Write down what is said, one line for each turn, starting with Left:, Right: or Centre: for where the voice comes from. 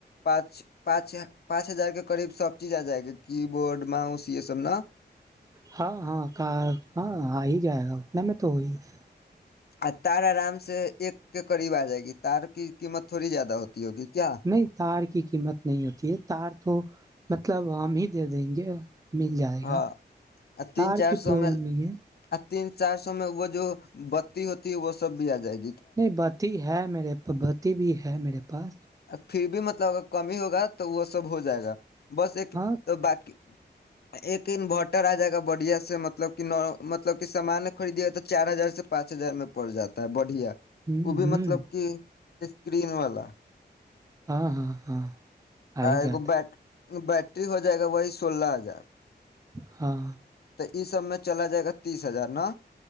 Left: پانچ پانچ پانچ ہزار کے قریب سب چیز آ جائے گی کی بورڈ ماؤس یہ سب نا
Right: ہاں ہاں ک ہاں آ ہی جائے گا ان میں تو وہی ہے
Left: اور تار آرام سے ایک کے قریب آ جائے گی تار کی قیمت تھوڑی زیادہ ہوتی ہوگی کیا
Right: نہیں تار کی قیمت نہیں ہوتی ہے تار تو مطلب ہم ہی دے دیں گے مل جائے
Left: ہاں
Right: گا
Left: تین
Right: تار
Left: چار
Right: کی
Left: سو
Right: پرابلم
Left: میں
Right: نہیں ہے
Left: تین چار سو میں وہ جو بتی ہوتی ہے وہ سب بھی آ جائے گا
Right: نہیں بتی ہے میرے بتی بھی ہے میرے پاس
Left: پھر بھی مطلب اگر کمی ہوگا تو وہ سب ہو جائے گا بس ایک
Right: ہاں
Left: تو باقی ایک انوورٹر آ جائے گا بڑھیا سے مطلب کہ ن مطلب کہ سامان خریدیے ہوا تو چار ہزار سے پانچ ہزار میں پڑ جاتا ہے بڑھیا
Right: ہ ہ
Left: وہ بھی مطلب کہ اسکرین والا
Right: ہاں ہاں ہاں ہی
Left: آ
Right: جاتا
Left: کو بٹ
Right: ہے
Left: بیٹری ہو جائے گا وہی سولہ ہزار
Right: ہاں
Left: تو یہ سب میں چلا جائے گا تیس ہزار نا